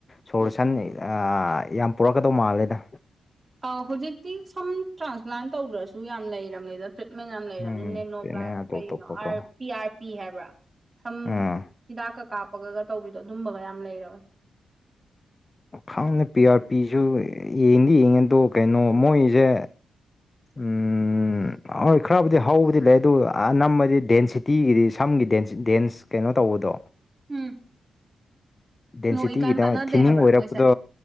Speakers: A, on the left; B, on the right.
A: ꯁꯣꯂꯨꯁꯟ ꯑꯥ ꯌꯥꯝ ꯄꯨꯔꯛꯀꯗꯧ ꯃꯥꯜꯂꯦꯗ
B: ꯑꯥ ꯍꯨꯖꯤꯛꯇꯤ ꯁꯝ ꯇ꯭ꯔꯥꯟꯁꯄ꯭ꯂꯥꯟ ꯇꯧꯗ꯭ꯔꯁꯨ ꯌꯥꯝ ꯂꯩꯔꯝꯅꯤꯗ ꯇ꯭ꯔꯤꯠꯃꯦꯟ ꯌꯥꯝ ꯂꯩꯔꯝꯅꯤ
A: ꯎꯝ
B: ꯅꯦꯅꯣ
A: ꯑꯗꯨꯅꯦ
B: ꯄ꯭ꯂꯥ
A: ꯑꯇꯣꯞ
B: ꯀꯩꯅꯣ
A: ꯑꯇꯣꯞꯄꯀꯣ
B: ꯄꯤ ꯑꯥꯔ ꯄꯤ ꯍꯥꯏꯕ꯭ꯔꯥ ꯁꯝ
A: ꯎꯝ
B: ꯍꯤꯗꯥꯛꯀ ꯀꯥꯞꯄꯒꯒ ꯇꯧꯕꯤꯗꯣ ꯑꯗꯨꯝꯕꯒ ꯌꯥꯝ ꯂꯩꯔꯕꯅꯦ
A: ꯈꯥꯡꯅꯦ ꯄꯤ ꯑꯥꯔ ꯄꯤꯖꯨ ꯌꯦꯡꯗꯤ ꯌꯦꯡꯉꯦ ꯑꯗꯣ ꯀꯩꯅꯣ ꯃꯣꯏꯖꯦ ꯎꯝ ꯎꯝ ꯍꯣꯏ ꯈꯔꯕꯨꯗꯤ ꯍꯧꯕꯗꯤ ꯂꯩ ꯑꯗꯨ ꯑꯅꯝꯕꯗꯤ ꯗꯦꯟꯁꯤꯇꯤꯒꯤꯗꯤ ꯁꯝꯒꯤ ꯗꯦꯟꯁ ꯀꯩꯅꯣ ꯇꯧꯕꯗꯣ
B: ꯎꯝ
A: ꯗꯦꯟꯁꯤꯇꯤꯒꯤꯗ
B: ꯅꯣ ꯏꯀꯥꯟ ꯀꯥꯟꯅꯗꯦ
A: ꯊꯤꯅꯤꯡ
B: ꯍꯥꯏꯕ꯭ꯔꯥ
A: ꯑꯣꯏꯔꯛꯄꯗꯣ
B: ꯃꯣꯏꯁꯦ